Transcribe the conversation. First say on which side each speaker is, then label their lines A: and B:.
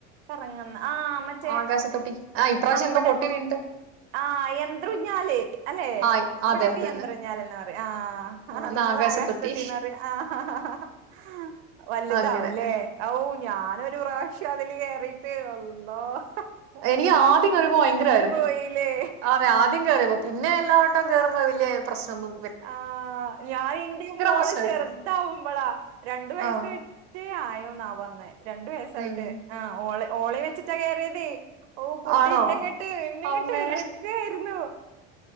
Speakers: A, on the right; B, on the right.
A: കറങ്ങുന്ന ആഹ് മറ്റേ
B: ആകാശതൊട്ടി ആഹ് ഈപ്രാവിശ്യം
A: നമ്മടെ
B: എന്തോ പൊട്ടിവീണിട്ട്
A: ആഹ് യന്ത്ര ഊഞ്ഞാല് അല്ലെ
B: ആ
A: ഇവിടൊക്കെ
B: അതെ അത്
A: യന്ത്രൂഞ്ഞാലെന്നാ
B: തന്നെ
A: പറയാ ആഹ് ആഹ്
B: എന്നാ
A: നിങ്ങളാകാശതൊട്ടീന്നറയാ
B: ആകാശത്തൊട്ടി
A: ആഹ് വലുതാവുല്ലേ
B: അങ്ങനെ
A: ഔ ഞാനൊരു പ്രാവിശ്യം അതില് കേറിയിട്ട് അള്ളാഹ്
B: എനിക്ക് ആദ്യം കേറിയപ്പൊ ഭയങ്കരായിരുന്നു
A: പോയില്ലേ
B: അതെ ആദ്യം കേറിയപ്പോ പിന്നെ എല്ലാവട്ടം കേറുമ്പോ വല്ല്യ പ്രശ്നൊന്നും
A: ആഹ് ഞാ എന്റിം മോള്
B: പ്രശ്നമായിരുന്നു
A: ചെറുതാവുമ്പളാ രണ്ടു വയസേ
B: ആഹ്
A: റ്റേ ആയോന്നാവാന്ന് രണ്ടു വയസ്സായിട്ട്
B: ഉം
A: ആഹ് ഓളെ ഓളേ വെച്ചിട്ടാ കേറിയതെ ഓ കുട്ടി
B: ആണോ
A: ഇന്നെങ്ങോട്ട് ഇന്നെങ്ങോട്ട്
B: അമ്മേ
A: ഇറുഗായിരുന്നു